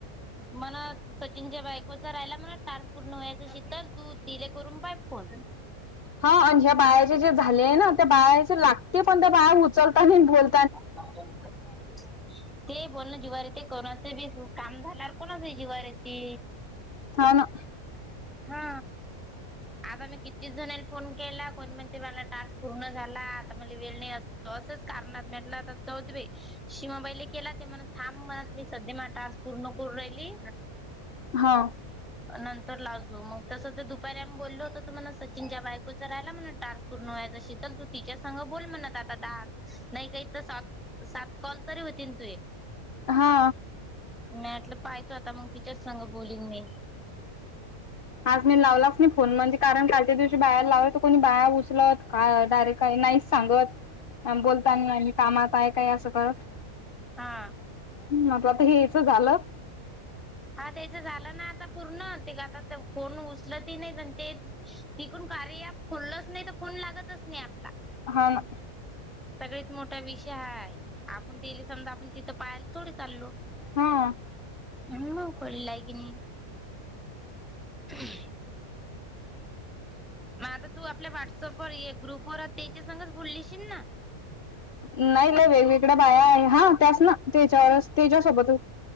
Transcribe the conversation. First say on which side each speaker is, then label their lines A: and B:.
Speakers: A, in the centre; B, on the left.
A: मण सचिनच्या बायकोच राहायला म्हणा टारस पूर्ण व्हायचं चितल तू तिले करून पाय हो.
B: हा आणि ह्या बाळाचे जे झाले ना त्या बाळाचे लागते पण त्या बाया उचलताना बोल.
A: ह बोल. ते बोलण जीवारीती कोणाच बी काम झाल्यावर कोणा जीवारीती
B: सना
A: हा आता मी किती जणांनी फोन केला कोणी म्हण. ते मला टारस् पूर्ण झाला आता मला वेळ नाही असंच कारणात म्हटलं तर जा बा. शिमाबाैले केला ते म्हण थांब म्हणत मी सध्या मा टस पूर्ण करून राहिली.
B: हा
A: नंतर लागजो मग तसं तर दुपारी आम्ही बोललो होत तर म्हणला सचिनच्या बायकोचं राहिला म्हण टार पूर्ण व्हायच असशील तर तू तिच्या संघ बोल म्हणत आता दहा नाही काही तर सात सात कॉल तरी होती तु
B: हा
A: मटलं पाहतो आता मग टीचर सांग बोलीन मी
B: आज मी लावलाच नाही फोन मध्ये कारण कालच्या दिवशी बाहेर लावलं तर कोणी बाहेया उचलत का डायरेक्ट काही नाहीच सांगत
A: ह
B: बोलताना आणि कामात आहे काय असं करत
A: हा
B: ह आता आता हेच झालं
A: हा त्याच झालं ना आता पूर्ण ते आता फोन उचल ती नाही ते तिकून कार्य खोललच नाही तर फोन लागतच नाही आपला
B: हा ना
A: सगळीत मोठा विषय ह आपण दिले समजा आपण तिथं पाहिल तोडी चालल
B: हा
A: ह म खळी लागनी हम् मग आता तू आपल्या व्हॉट्सअप ववर ग्रुपवर त्याच्या सच बोललीशील ना
B: नाही नाही वेगवेगळ्या बाया आहे हा त्यास ना त्याच्यावर त्याच्यासोबतच